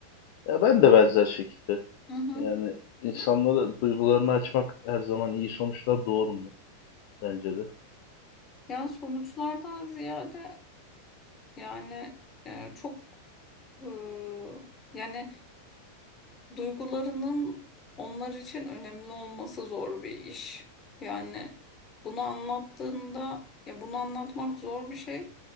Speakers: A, on the left; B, on the left.
A: Ya ben de benzer şekilde.
B: Hı hı.
A: Yani insanlara duygularını açmak her zaman iyi sonuçlar doğurmuyor bence de.
B: Yani sonuçlardan ziyade yani e, çok e, yani Duygularının onlar için önemli olması zor bir iş. Yani bunu anlattığında ya bunu anlatmak zor bir şey